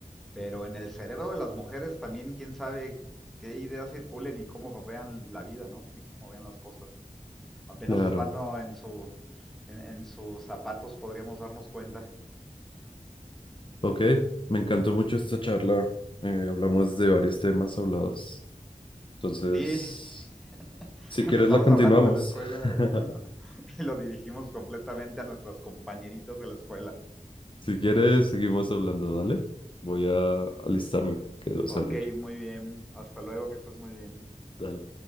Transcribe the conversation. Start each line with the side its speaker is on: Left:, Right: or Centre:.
Centre: Pero en el cerebro de las mujeres también, quién sabe qué ideas circulen y cómo vean la vida, ¿no? Y cómo vean las cosas. Apenas
Left: Claro.
Centre: estando en su, en, en sus zapatos podríamos darnos cuenta.
Left: Ok, me encantó mucho esta charla. Eh, hablamos de varios temas hablados. Entonces,
Centre: Sí, <laughs>
Left: si
Centre: empezamos
Left: quieres, la continuamos.
Centre: hablando de la escuela
Left: <laughs>
Centre: <laughs> y lo dirigimos completamente a nuestras compañeritas de la escuela.
Left: Si quieres, seguimos hablando, dale. Voy a alistarme, que debo
Centre: Ok,
Left: salir.
Centre: muy bien. Hasta luego, que estés muy bien.
Left: Dale.